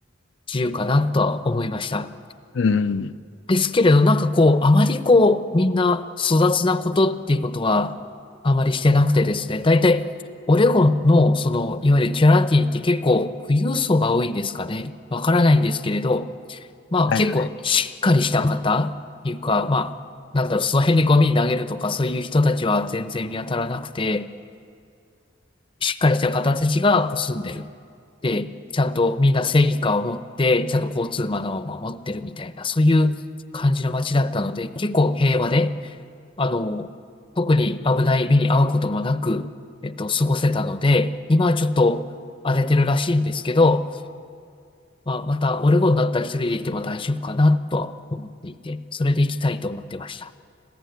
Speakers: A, on the left; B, on the left.
A: 自由かなとは思いました。
B: うん
A: ですけれど、なんかこう、あまりこう、みんな粗雑なことっていうことは、あまりしてなくてですね、大体、オレゴンの、その、いわゆるチャラティって結構、富裕層が多いんですかね。わからないんですけれど、まあ結構しっかりした方っていうか、
B: はいはい。
A: まあ、なんだろう、その辺にゴミ投げるとか、そういう人たちは全然見当たらなくて、しっかりした方たちがこう住んでる。で、ちゃんとみんな正義感を持って、ちゃんと交通マナーを守ってるみたいな、そういう感じの街だったので、結構平和で、あの、特に危ない目に遭うこともなく、えっと、過ごせたので、今はちょっと荒れてるらしいんですけど、まあ、またオレゴンだったら一人で行っても大丈夫かなとは思っていて、それで行きたいと思ってました。